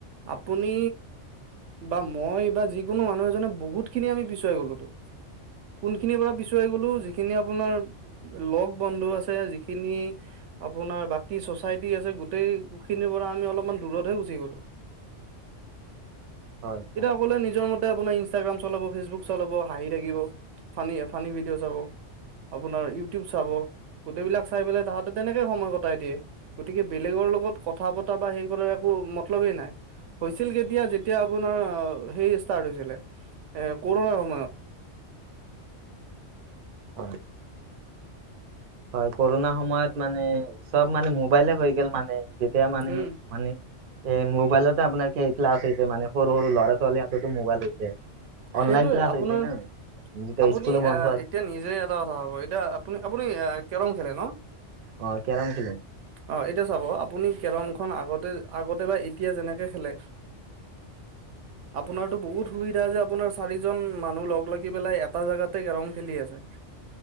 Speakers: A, on the right; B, on the right.
A: আপুনি বা মই বা যিকোনো মানুহ এজনে বহুত খিনি আমি পিছুৱাই গলো তো। কোনখিনিৰ পৰা পিছুৱাই গলো যিখিনি আপোনাৰ লগ বন্ধু আছে যিখিনি আপোনাৰ বাকী চচাইটি আছে গোটেই খিনিৰ পৰা আমি অলপ দূৰতে গুচি গলো।
B: হয় হয়
A: আপোনাৰ ইনষ্টাগ্ৰাম চলাব ফেচবুক চলাব হাঁহি থাকিব, ফানি ভিডিঅ' চাব আপোনাৰ ইউটিউব চাব গোটেইবিলাক চাই পেলাই তাহাঁতে তেনেকে সময় কটাই দিয়ে, ‌ গতিকে বেলেগৰ লগত কথা পতা বা হেই কৰাৰ একৌ মতলবেই নাই। হৈছিল কেতিয়া যেতিয়া আপোনাৰ সেই ষ্টাৰ্ট হৈছিলে, এ' কৰোণাৰ সময়ত <inaudible>
B: হয়। হয়, কৰোণাৰ সময়ত মানে চব মানে মোবাইলে হৈ গল মানে। যেতিয়া মানে
A: উম
B: মানে এ মোবাইলতে আপোনাৰ কি ক্লাছ হৈছে মানে সৰু সৰু ল'ৰা - ছোৱালী হাততো মোবাইল হৈছে অনলাইন
A: সেইটোয়ে
B: ক্লাছ
A: আপোনাৰ
B: হৈছেছে না। যেতিয়া
A: আপুনি
B: স্কুলো বন্ধ
A: আহ
B: আছে
A: এতিয়া নিজে এটা কথা হব এতিয়া আপুনি - আপুনি কেৰম খেলে ন?
B: অ', কেৰম খেলো
A: অ' এতিয়া চাব আপুনি কেৰম খন আগত আগতে বা এতিয়া যেনেকে খেলে, আপোনাৰতটো বহুত সুবিধা যে আপোনাৰ চাৰিজন মানুহ লগ লাগি পেলাই এটা জোগাতে কেৰম খেলি আছে।